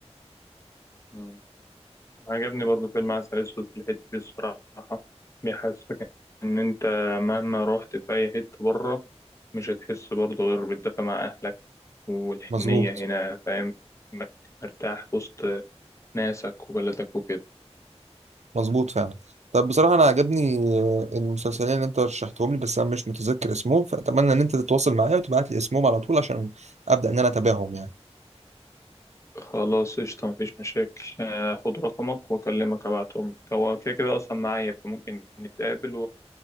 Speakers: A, on the left; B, on the right.
A: مم. عجبني برضه فيلم عسل أسود في الحتة دي الصراحة بيحسسك إن أنت مهما رحت في أي حتة بره مش هتحس برضه غير بالدفى مع أهلك والحنية
B: مظبوط
A: هنا فاهم إنك مرتاح وسط ناسك وبلدك وكده
B: مظبوط فعلا طب بصراحه انا عجبني آه، المسلسلين اللي انت رشحتهم لي بس انا مش متذكر اسمهم فاتمنى ان انت تتواصل معايا وتبعت لي اسمهم على طول عشان ابدا ان انا اتابعهم يعني
A: خلاص قشطة مفيش مشاكل آه، خد رقمك وأكلمك أبعتهم هو كده كده أصلا معايا فممكن نتقابل